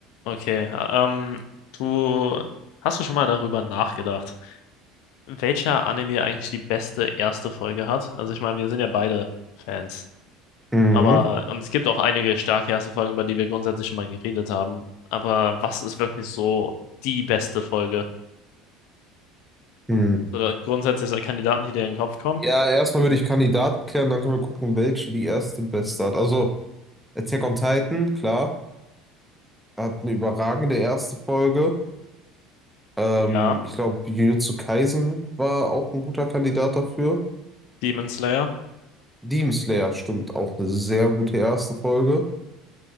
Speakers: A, on the left (about 65°); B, in the centre.
A: Okay, ähm, du hast du schon mal darüber nachgedacht, welcher Anime eigentlich die beste erste Folge hat? Also ich meine, wir sind ja beide Fans,
B: Mhm.
A: aber und es gibt auch einige starke erste Folgen, über die wir grundsätzlich schon mal geredet haben. Aber was ist wirklich so die beste Folge?
B: Mhm.
A: Oder grundsätzlich so Kandidaten, die dir in den Kopf kommen?
B: Ja, erstmal würde ich Kandidaten klären, dann können wir gucken, welche die erste beste hat. Also Attack on Titan, klar, hat eine überragende erste Folge. Ähm,
A: Ja,
B: ich glaube, Jujutsu Kaisen war auch ein guter Kandidat dafür.
A: Demon Slayer.
B: Demon Slayer, stimmt, auch eine sehr gute erste Folge.